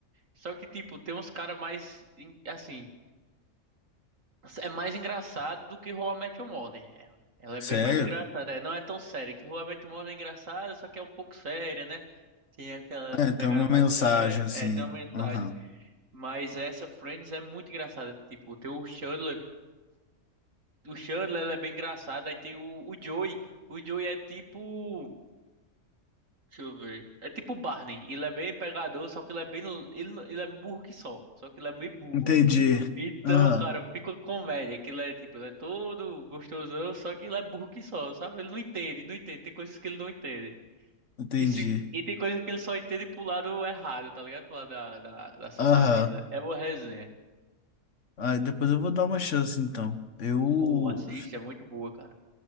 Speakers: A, on the right (about 75°); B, on the left (about 65°).
A: Só que, tipo, tem uns caras mais, em- assim. É mais engraçado do que How I Met Your Mother. Ela, ela é
B: Sério?
A: bem mais engraçada. É, não é tão séria. Que How I Met Your Mother é engraçada, só que é um pouco séria, né? Tem aquelas
B: É, tem
A: pegadas
B: uma mensagem
A: mais sérias.
B: assim.
A: É, tem uma mensagem.
B: Aham.
A: Mas essa Friends é muito engraçada. Tipo, tem o Chandler. O Chandler, ela é bem engraçado. Aí tem o, o Joey. O Joey é tipo. Deixa eu ver. É tipo o Barney. Ele é bem pegador, só que ele é bem. Ele, ele é burro que só. Só que ele é meio burro.
B: Entendi.
A: Então,
B: Aham.
A: cara, fica uma comédia. Aquilo é tipo, ele é todo gostosão, só que ele é burro que só, sabe? Ele não entende, não entende. Tem coisas que ele não entende.
B: Entendi.
A: E, se- e tem coisas que ele só entende pro lado errado, tá ligado? Pro lado da, da, da safadeza.
B: Aham.
A: É uma resenha.
B: Ah, depois eu vou dar uma chance então. Eu.
A: Pô, assiste, é muito boa, cara.